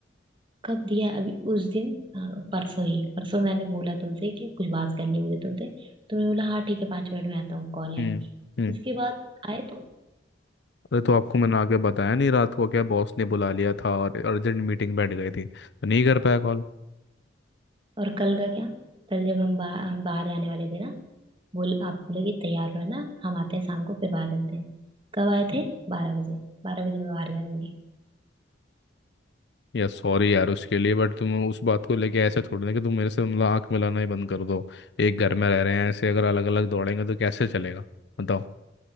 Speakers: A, on the right (about 25°); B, on the left (about 65°).
A: कब दिया अभी उस दिन हाँ, परसों ही परसों मैंने बोला तुमसे कि कुछ बात करनी है मुझे तुमसे तुमने बोला हाँ ठीक है पाँच मिनट में आता हूँ कॉल है
B: हम्म
A: अभी
B: हम्म
A: उसके बाद आए तुम
B: अरे तो आपको मैंने आगे बताया नहीं रात को क्या बॉस ने बुला लिया था और अर्जेंट मीटिंग बैठ गई थी तो नहीं कर पाया कॉल
A: और कल का क्या कल जब हम बा, हम बाहर जाने वाले थे ना बोल आप बोले कि तैयार रहना हम आते हैं शाम को फिर बाहर चलते हैं कब आए थे बारह बजे बारह बजे में बाहर जाएंगे
B: यार सॉरी यार उसके लिए बट तुम उस बात को लेके ऐसे थोड़ी ना कि तुम मेरे से मतलब आंख मिलाना ही बंद कर दो एक घर में रह रहे हैं ऐसे अगर अलग अलग दौड़ेंगे तो कैसे चलेगा बताओ